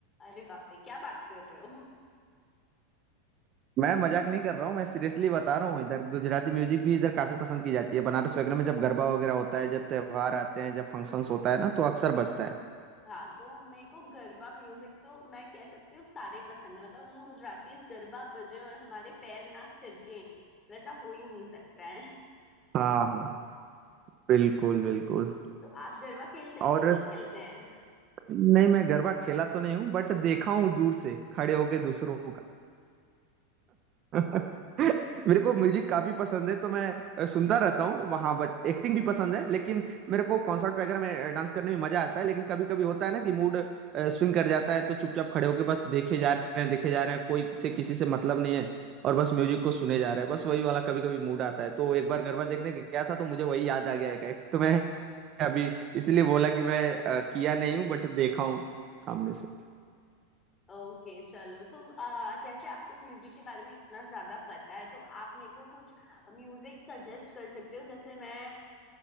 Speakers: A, on the left; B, on the right.
A: अरे बाप रे क्या बात कर रहे हो
B: मैं मजाक नहीं कर रहा हूँ मैं सीरियसली बता रहा हूँ इधर गुजराती म्यूजिक भी इधर काफी पसंद की जाती है बनारस वगैरह में जब गरबा वगैरह होता है जब त्योहार आते हैं जब फंक्शंस होता है ना तो अक्सर बजता है
A: हाँ तो मेरे को गरबा म्यूजिक तो मैं कह सकती हूँ सारे पसंद है मतलब हम गुजराती गरबा बजे और हमारे पैर ना थिरके वैसा हो ही नहीं सकता है
B: हाँ हाँ बिल्कुल बिल्कुल
A: <laughs> तो आप गरबा खेलते हैं
B: और
A: कि नहीं खेलते हैं
B: नहीं मैं गरबा खेला तो नहीं हूँ बट देखा हूँ दूर से खड़े होके दूसरों का <laughs> मेरे को म्यूजिक काफी पसंद है तो मैं अ, सुनता रहता हूँ वहाँ बट एक्टिंग भी पसंद है लेकिन मेरे को कॉन्सर्ट वगैरह में डांस करने में मजा आता है लेकिन कभी कभी होता है ना कि मूड स्विंग कर जाता है तो चुपचाप खड़े होके बस देखे जा रहे हैं देखे जा रहे हैं कोई से किसी से मतलब नहीं है और बस म्यूजिक को सुने जा रहे हैं बस वही वाला कभी कभी मूड आता है तो एक बार गरबा देखने गया था तो मुझे वही याद आ गया एक एक तो मैं अभी इसलिए बोला कि मैं अ, किया नहीं हूँ बट देखा हूँ सामने से
A: ओके चलो तो आ, जैसे आपको म्यूजिक के बारे में इतना ज्यादा पता है तो आप मेरे को कुछ म्यूजिक सजेस्ट कर सकते हो जैसे मैं